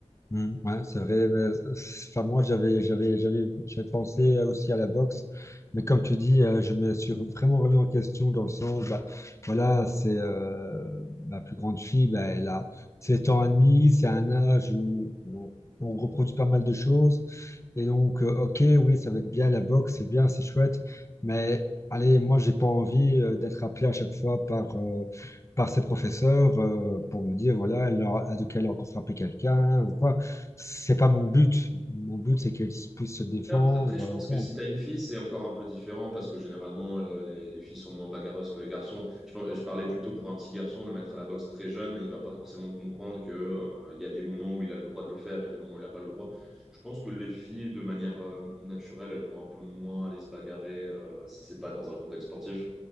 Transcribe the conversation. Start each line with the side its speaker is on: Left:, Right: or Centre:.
Left: Mm, ouais, c'est vrai. mais, euh, enfin, moi, j'avais, j'avais, j'avais, j'avais pensé euh, aussi à la boxe, mais comme tu dis, euh, je me suis vraiment remis en question dans le sens, bah, voilà, c'est euh, ma plus grande fille, bah, elle a 7 ans et demi, c'est un âge où on, on reproduit pas mal de choses. Et donc, euh, ok, oui, ça va être bien la boxe, c'est bien, c'est chouette, mais allez, moi, j'ai pas envie euh, d'être appelé à chaque fois par, euh, par ses professeurs euh, pour me dire, voilà, elle a, de quel elle a encore frappé quelqu'un ou quoi. C'est pas mon but. Mon but, c'est qu'ils puissent se défendre.
Centre: Alors, Après, je
Left: euh,
Centre: pense que
Left: bon.
Centre: si tu as une fille, c'est encore un peu différent parce que généralement, le- les, les filles sont moins bagarreuses que les garçons. Je, par- je parlais plutôt pour un petit garçon, le mettre à la boxe très jeune, il va pas forcément comprendre que, euh, il y a des moments où il a le droit de le faire et des moments où il n'a pas le droit. Je pense que les filles, de manière euh, naturelle, elles vont un peu moins aller se bagarrer euh, si c'est pas dans un contexte sportif.